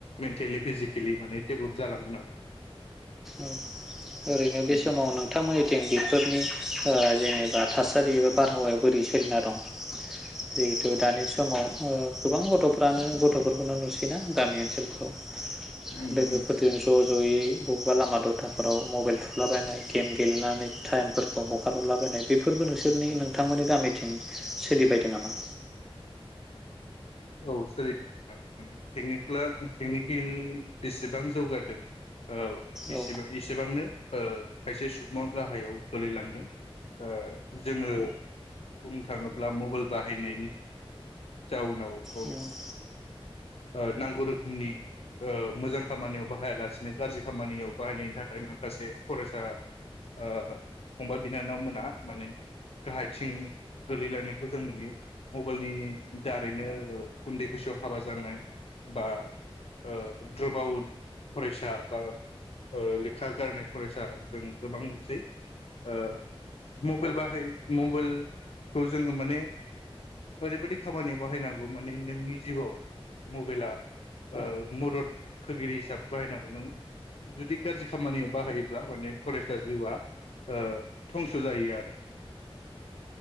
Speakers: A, on the left (about 75°); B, in the centre.
A: मेन्टेलि फिजिकेलि माने डेबलप जालांगोन आरो
B: ओ ओरैनो बे
A: उम
B: समाव नोंथांमोननिथिं बेफोरनि ओ जेनेबा थासारि एबा बारहावाया बोरै सोलिना दं जिहेथु दानि समाव ओ गोबां गथफ्रानो गथफोरखौनो नुसैना गामि ओनसोलफ्राव
A: उम
B: लोगोफोरजों
A: उम
B: ज जयै बबावबा लामा दथाफोराव मबाइल थुलाबायनाय गेम गेलेनानै टाइमफोरखौ हगार हरलाबायनाय बेफोरबो नोंसोरनि नोंथांमोननि गामिथिं सोलिबायदों नामा?
A: औ सोलिदों नोंथां माने टेकनिकुला टेकनिकेलि बेसि बां जौगादों औ एसेबा
B: औ
A: एसेबांनो ओ खायसे स बिदि नङा गाहायाव गोलैलांदों। ओ जोङो बुंनो थाङोब्ला मबाइल बाहायनायनि जाउनाव औ
B: न
A: ओ नांगौ रोखोमनि ओ मोजां खामानियाव बाहायालासिनो गाज्रि खामानियाव बाहायनायनि थाखाय माखासे फरायसा ओ फंबाय बिनानाव मोनहा माने गाहायथिं गोलैलांनायखौ जों नुयो। मबाइलनि दारैनो ओ उन्दै बैसोआव हाबा जानाय बा ओ गोबाव फरायसा बा ओ लेखा गारनाय फरायसा जों गोबां नुसै ओ मबाइल बाहायै मबाइल खौ जोङो माने ओरैबादि खामानियाव बाहायनांगौ माने नोंनि जिउआव मबाइला ओ मदद होगिरि हिसाबै बाहायनांगौ नों जुदि गाज्रि खामानियाव बाहायोब्ला माने फरायसा जिउआ ओ धंस जायो आरो